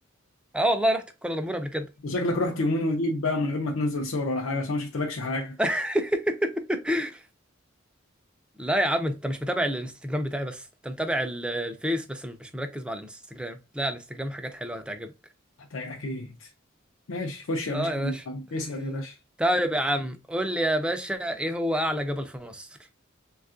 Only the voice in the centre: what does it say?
اه والله رحت كوالالمبور قبل كده
<laughs> لا يا عم انت مش متابع الانستجرام بتاعي بس انت متابع ال- الفيس بس مش مركز مع الانستجرام لا على الانستجرام حاجات حلوة هتعجبك
اه
يا باشا
طيب يا عم قول لي يا باشا ايه هو اعلى جبل في مصر